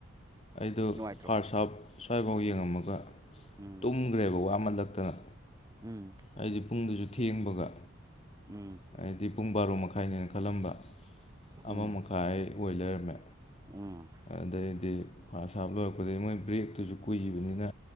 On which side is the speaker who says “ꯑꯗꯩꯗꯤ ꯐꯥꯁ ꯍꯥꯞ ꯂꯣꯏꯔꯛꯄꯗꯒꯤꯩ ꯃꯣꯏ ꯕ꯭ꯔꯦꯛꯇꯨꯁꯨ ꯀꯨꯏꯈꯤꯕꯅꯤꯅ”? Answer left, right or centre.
Left